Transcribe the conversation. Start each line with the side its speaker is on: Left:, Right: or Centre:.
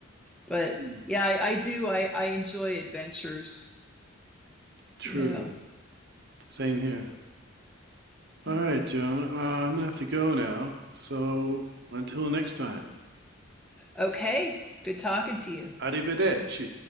Centre: But
Right: Mm.
Centre: yeah, I, I do. I, I enjoy adventures,
Right: True.
Centre: you know.
Right: Same here. All
Centre: Mhm.
Right: right, Joan. Uh, I'm gonna have to go now. So until next time,
Centre: Okay, good talking to you.
Right: arrivederci.